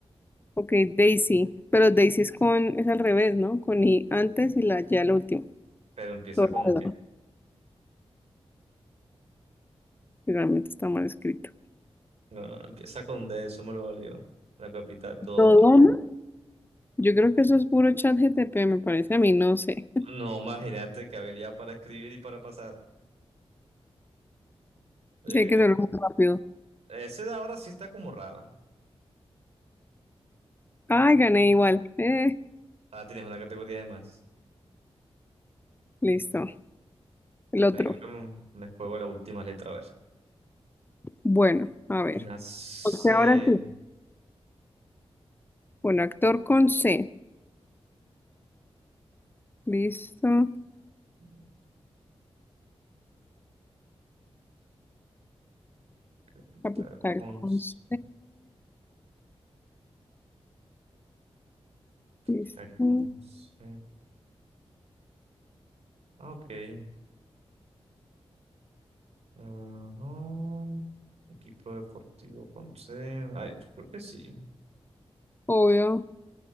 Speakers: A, on the left; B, on the right.
A: Ok, Daisy. Pero Daisy es con, es al revés, ¿no? Con I antes y la ya la última.
B: pero empieza
A: Dorado.
B: con D.
A: Realmente está mal escrito.
B: No, no, empieza con D, eso me lo valió. La capital, todo
A: Dodoma.
B: más.
A: Yo creo que eso es puro chat GTP, me parece a mí, no sé.
B: No, imagínate qué habilidad para escribir y para pasar.
A: <laughs>
B: Eh,
A: Tiene que ser muy rápido.
B: Ese de ahora sí está como raro.
A: Ay, gané igual. Eh,
B: Ah, tienes una categoría de más.
A: listo. El otro.
B: Pero creo que me, me juego la última letra, a ver.
A: Bueno, a ver.
B: Una C.
A: Porque ahora sí, un actor con C, listo,
B: Ok, Capital
A: capital
B: con
A: con
B: C.
A: C,
B: Capital
A: listo,
B: con C. Ah, ok. Ajá. Equipo deportivo con C. Ay, yo creo que sí.
A: obvio,